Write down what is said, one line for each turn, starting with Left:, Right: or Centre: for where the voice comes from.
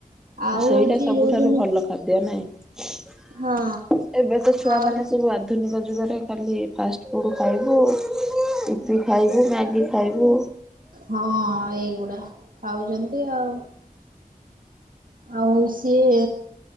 Right: ଆଉ
Centre: ସେଇଟା
Right: ହଉଛି
Centre: ସବୁଠାରୁ
Right: ଯୋଉଦିନ
Centre: ଭଲ ଖାଦ୍ୟ ନାଇଁ
Right: ହଁ
Centre: ଏବେ ତ ଛୁଆ
Right: ଆଉ
Centre: ମାନେ ସବୁ ଆଧୁନିକ ଯୁଗରେ ଖାଲି ଫାଷ୍ଟଫୁଡ଼ ଖାଇବୁ ଇପି ଖାଇବୁ ମ୍ୟାଗି ଖାଇବୁ
Right: ହଁ ଏଇଗୁଡ଼ା ଖାଉଛନ୍ତି ଆଉ ଆଉ ସିଏ